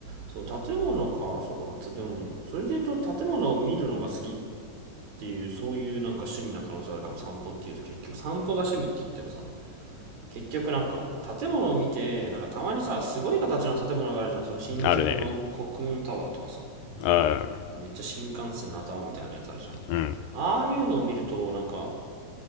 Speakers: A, on the right (about 75°); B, on the left (about 80°).
A: そう、建物か。そうか、まあつでも、それで言うと建物を見るのが好きっっていう、そういうなんか趣味な可能性あるかも、散歩っていうと結局、散歩が趣味って言ってもさ、結局なんか建物を見て、なんかたまにさ、すごい形の建物があるじゃん。その新宿の国運タワーとかさ、
B: あるねうん
A: めっちゃ新幹線の頭みたいなやつあるじゃん。
B: うん
A: ああいうのを見ると、なんか